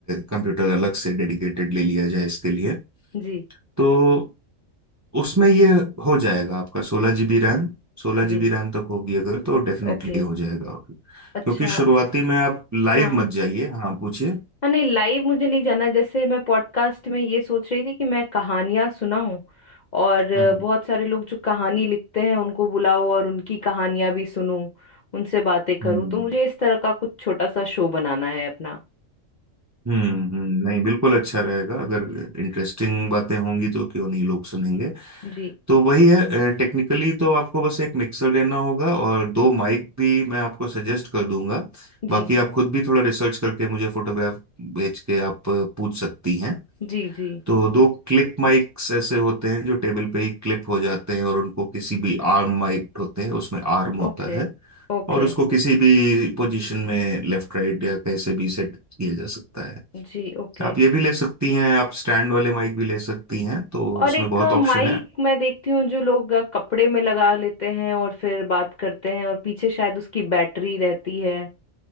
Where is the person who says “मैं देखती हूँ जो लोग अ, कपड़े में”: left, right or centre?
Left